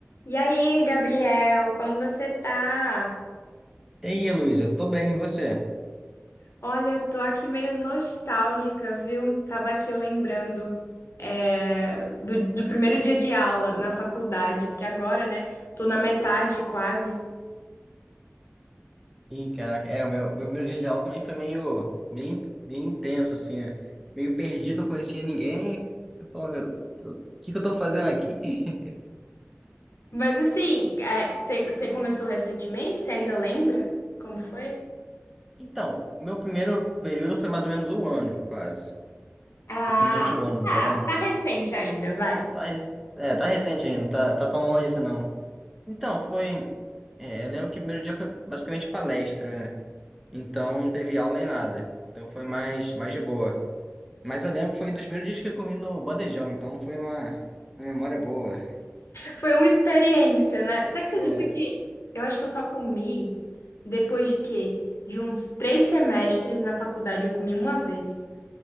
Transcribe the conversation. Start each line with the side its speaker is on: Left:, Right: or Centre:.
Left: E aí, Gabriel, como você tá?
Centre: E aí, Luiz, eu tô bem, e você?
Left: Olha, eu tô aqui meio nostálgica, viu? Tava aqui lembrando é, do, do primeiro dia de aula na faculdade, porque agora, né, tô na metade quase.
Centre: Ih, cara, é, o meu, meu primeiro dia de aula também foi meio, meio, in- meio intenso, assim, né? Meio perdido, não conhecia ninguém. Eu tô, eu- eu- o que que eu tô fazendo aqui? <laughs>
Left: Mas assim, você começou recentemente? Você ainda lembra como foi?
Centre: Então, meu primeiro período foi mais ou menos um ano, quase. Um
Left: Ah,
Centre: pouquinho menos de um ano, então...
Left: ah, tá recente ainda, vai.
Centre: Tá, rec- é, tá recente ainda, não tá, tá tão longe assim, não. Então, foi... é, eu lembro que o primeiro dia foi basicamente palestra, né? Então, não teve aula nem nada. Então, foi mais, mais de boa. Mas eu lembro que foi um dos primeiros dias que eu comi no bandejão, então foi uma, uma memória boa.
Left: Foi uma experiência, né? Você acredita
Centre: É.
Left: que eu acho que eu só comi depois de quê? De uns três semestres na faculdade, eu comi uma vez.